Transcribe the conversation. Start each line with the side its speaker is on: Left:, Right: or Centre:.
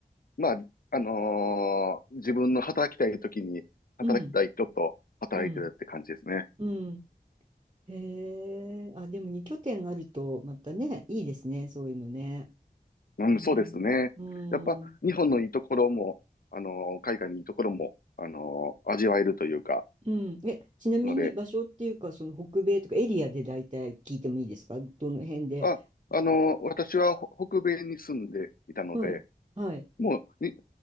Left: まあ、あのー自分の働きたい時に、働きたい人と働いてるって感じですね。
Right: う。うん、うん、うん。へえ、あ、でも2拠点あると、またね、いいですね、そういうのね。
Left: うん、
Right: うん、
Left: そうですね。
Right: うん、
Left: やっぱ、日本のいいところも、あのー海外のいいところも、あのー味わえるというか、
Right: うん。え、ちなみに場所っていうか、
Left: ので、
Right: その北米とかエリアで大体聞いてもいいですかどの辺でお仕事
Left: あ、あのー私はほ北米に住んでいたので、
Right: はい。はい
Left: もう、に、